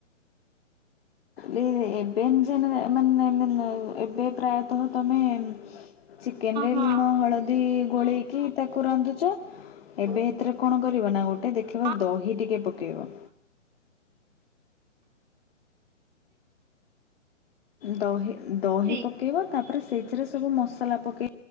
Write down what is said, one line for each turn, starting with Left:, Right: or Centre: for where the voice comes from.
Left: ଲ ଏବୋଇ ମ ଏବୋଇ ପ୍ରାୟତଃ ତମେ ଚିକେନ ରେ
Right: ହଁ
Left: ଲୁଣ ହଳଦୀ ଗୋଳେଇକି ତାକୁ ରାନ୍ଧୁଛ
Right: ହଉ
Left: ଏବେ ଏଥିରେ କଣ କରିବ ନା ଗୋଟେ ଦେଖିବା
Right: ହଁ
Left: ଦହି ଟିକେ ପକେଇବ। ଦହି ଦହି
Right: ଦିଦି
Left: ପକେଇବା ତାପରେ ସେଥିରେ ସବୁ ମସଲା ପକେଇ